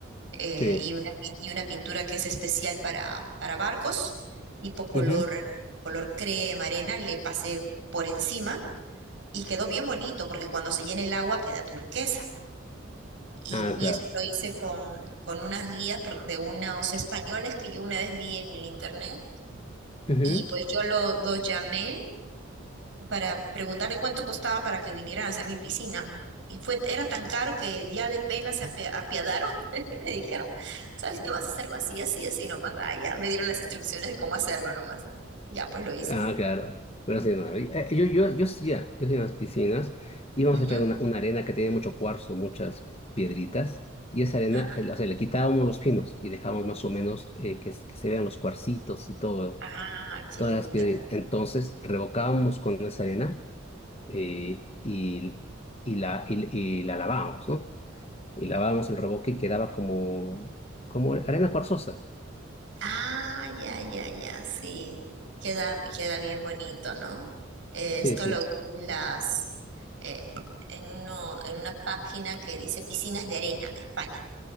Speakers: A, on the right (about 65°); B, on the left (about 30°).
A: eh,
B: Sí.
A: y una, pin- y una pintura que es especial para, para barcos, tipo color,
B: Ujú.
A: color crema, arena, le pasé por encima y quedó bien bonito porque cuando se llena el agua queda turquesa. Y,
B: Ah,
A: y
B: claro.
A: eso lo hice con, con unas guías pro- de unos españoles que yo una vez vi en el internet.
B: Ujú.
A: Y pues yo lo- los llamé para preguntarle cuánto costaba para que vinieran a hacer mi piscina. Y fue, era tan caro que ya de pena se apia- apiadaron <laughs> y me dijeron, ¿sabes qué? Vas a hacerlo así, así, así nomás. Ah, ya me dieron las instrucciones de cómo hacerlo nomás. Ya, pues lo hice.
B: Ah, claro. Pero sí, no, eh, yo, yo, yo hacía, yo hacía en las piscinas, íbamos
A: Ujú.
B: a echar una, una arena que tenía mucho cuarzo, muchas piedritas, y esa arena,
A: Ajá.
B: eh, o sea, le quitábamos los finos y dejábamos más o menos eh, que, s- que se vean los cuarcitos y todo.
A: Ah, qué
B: todas
A: lindo.
B: las piedritas. Entonces revocábamos con esa arena eh, y, y, la, y, y la lavábamos, ¿no? Y lavábamos el revoque y quedaba como, como arena cuarzosa.
A: Ah, ya, ya, ya, sí. Queda, queda bien bonito, ¿no? Eh,
B: Sí,
A: esto
B: sí.
A: lo vi en las, eh, en uno, en una página que dice piscinas de arena de España.